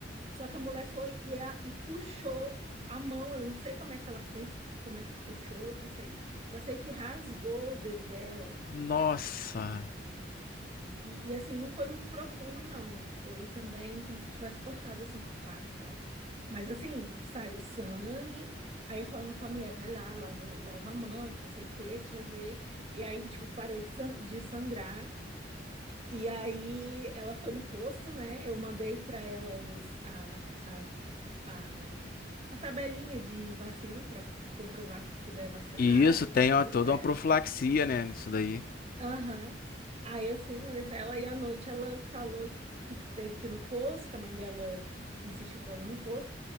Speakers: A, on the right; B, on the left.
A: Só que a mulher foi e, a- e puxou a mão, eu não sei como é que ela fez, como é que puxou, não sei. Só sei que rasgou o dedo dela.
B: Nossa!
A: E, e, assim, não foi muito profundo, não. Foi também como se tivesse cortado assim com a faca e tal. Mas assim, saiu sangue. Aí eu falando com a mulher, vai lá, lava, lava a mão, que não sei o quê, deixa eu ver. E aí, tipo, parou de, san- de sangrar. E aí ela foi no posto, né? Eu mandei pra ela os, a, a, a, a tabelinha de vacina pra comprovar que, que é vacinada,
B: E isso tem
A: que tá tudo
B: ó, toda
A: certo.
B: uma profilaxia, né? Isso daí.
A: Aham. Aí eu fui, mandei pra ela, e à noite ela falou que teve que ir no posto, que a mãe dela insistiu pra ela ir no posto.